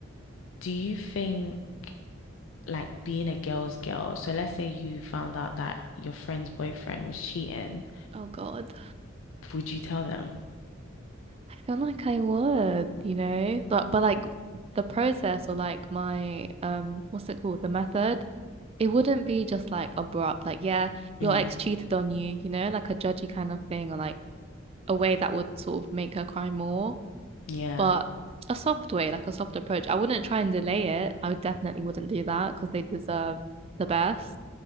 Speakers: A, on the left; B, on the right.
A: Do you think like being a girl's girl, so let's say you found out that your friend's boyfriend was cheating,
B: Oh God,
A: would you tell them?
B: I feel like I would, you know, but but like the process or like my um, what's it called? The method. It wouldn't be just like abrupt, like yeah, your
A: Mm,
B: ex cheated on you, you know, like a judgy kind of thing, or like a way that would sort of make her cry more.
A: yeah,
B: but a soft way, like a soft approach. I wouldn't try and delay it. I definitely wouldn't do that because they deserve the best,